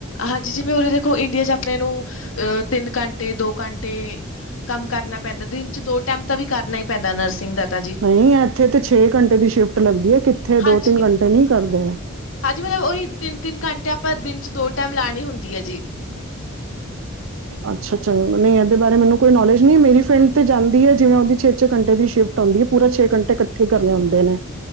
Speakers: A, on the left; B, on the right.
A: ਹਾਂਜੀ ਜਿਵੇ ਉਰੇ ਦੇਖੋ ਇੰਡੀਆ ਚ ਮੈਨੂੰ ਨੂੰ ਅਹ ਤਿੰਨ ਘੰਟੇ, ਦੋ ਘੰਟੇ ਕੰਮ ਕਰਨਾ ਪੈਂਦਾ ਦਿਨ ਚ ਦੋ ਟਾਈਮ ਤਾਂ ਵੀ ਕਰ ਨਹੀਂ ਵਾਹਿਧਾ ਨਰਸਿੰਗ ਦਾ। ਤਾਂ ਜੀ,
B: ਨਹੀਂ, ਇੱਥੇ ਤਾਂ ਛੇ ਘੰਟੇ ਦੀ ਸ਼ਿਫਟ ਲੱਗਦੀ ਹੈ ਕਿੱਥੇ
A: ਹਾਂਜੀ।
B: ਦੋ- ਤਿੰਨ ਘੰਟੇ ਨਹੀਂ ਕਰਦੇ।
A: ਹਾਂਜੀ ਤਿੰਨ-ਤਿੰਨ ਘੰਟਿਆਂ ਆਪਾ ਦਿਨ ਚ ਦੋ ਟਾਈਮ ਲਾਣੀ ਹੁੰਦੀ ਹੈ ਜੀ।
B: ਅੱਛਾ, ਨਹੀਂ ਇਹਦੇ ਬਾਰੇ ਮੈਨੂੰ ਕੋਈ ਨੌਲੇਜ ਨਹੀਂ, ਮੇਰੀ ਫਰੈਂਡ ਤੇ ਜਾਂਦੀ ਹ ਜਿਵੇਂ ਉਹਦੀ ਛੇ-ਛੇ ਘੰਟੇ ਦੀ ਸ਼ਿਫਟ ਆਦੀ ਐ ਪੁਰੇ ਛੇ ਘੰਟੇ ਇਕੱਠੇ ਆਉਦੇ ਨੇ,